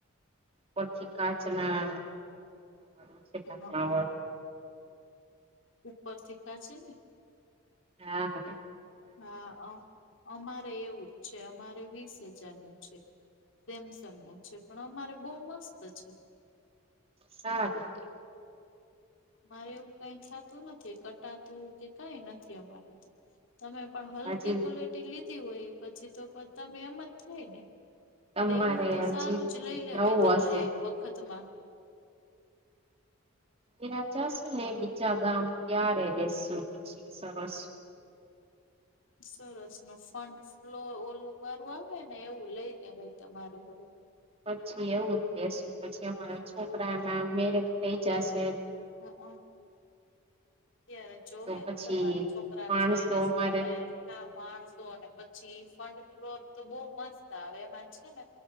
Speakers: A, on the right; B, on the left.
A: પચી કાચના આવે છે ઢાંકણાવાળું.
B: હા ઉપરથી કાચની?
A: હા બકા.
B: હા અમ અમારેય એવું જ છે અમારે વીસ હજારનું છે. સેમસંગનું છે પણ અમારે બહુ મસ્ત છે.
A: સારું કે
B: અમારે એવું કાઈ થાતું નથી કટાતું કે કાઈ નથ થી અમારે તો તમે પણ હલકી
A: હજી
B: ક્વોલટી લી ધી હોય પછી તો પણ તમે એમજ થાય ને.
A: તમારે
B: લેવું
A: હજી
B: તો સારું
A: નવું
B: જ લઈ લેવાય તમારે
A: હશે
B: એક વખતમાં.
A: ત્યાં જાસુને બીજા ગામ ત્યારે લેશુ પછી સરસ.
B: સરસનું ફન્ટ ફ્લો ઓલું વારું આવેને એવું લઈ લેવાય તમારે હવે.
A: પછી એવું જ લેશું પછી અમારાં છોકરાના મેરેજ થઈ જાશે.
B: હ અ. ત્યારે જોહેન
A: તો પછી
B: તમારે છોકરાના
A: માણસો
B: મેરેજ
A: અમારે
B: થઈ ગ હા માણસોને પછી ફંડ ફ્લોર તો બહુ મસ્ત આવે એમાં છે ને.